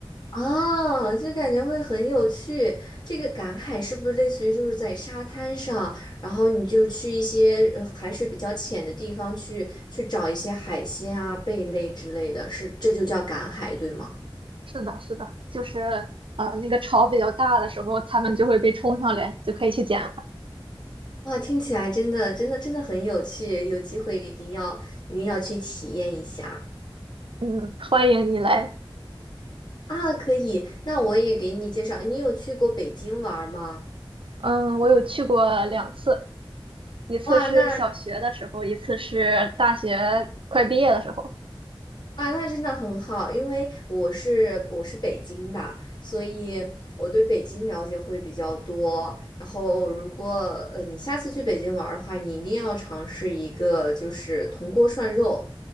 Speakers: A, on the left (about 50°); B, on the right (about 70°).
A: 哦，就感觉会很有趣。这个赶海是不是类似于就是在沙滩上，然后你就去一些呃海水比较浅的地方去去找一些海鲜啊、贝类之类的，是这就叫赶海，对吗？
B: <laughs> 是的，是的，就是呃那个潮比较大的时候，他们就会被冲上来，就可以去捡了。
A: 哇，听起来真的真的真的很有趣，有机会一定要一定要去体验一下
B: 嗯，欢迎你来。
A: 啊！可以，那我也给你介绍，你有去过北京玩儿吗？
B: 嗯，我有去过两次，一次是小学的时候，
A: 哇，那
B: 一次是大学快毕业的时候。
A: 啊，那真的很好，因为我是我是北京的，所以我对北京了解会比较多。然后，如果呃你下次去北京玩儿的话，你一定要尝试一个就是铜锅涮肉，